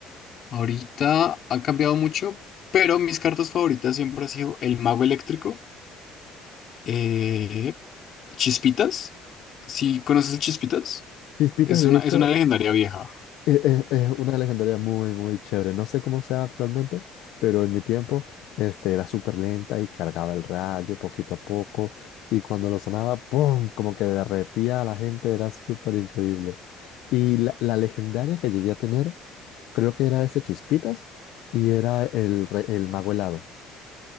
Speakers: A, on the left; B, on the left.
A: Ahorita ha cambiado mucho, pero mis cartas favoritas siempre ha sido el mago eléctrico, eh, Chispitas. ¿Sí conoces el Chispitas?
B: Chispitas,
A: Es
B: de
A: una,
B: hecho,
A: es una legendaria vieja.
B: Es, es- es una legendaria muy, muy chévere. No sé cómo sea actualmente, pero en mi tiempo este, era súper lenta y cargaba el rayo poquito a poco. Y cuando lo sonaba, ¡pum! Como que derretía a la gente, era súper increíble. Y la, la legendaria que llegué a tener, creo que era ese Chispitas y era el, re- el Mago Helado.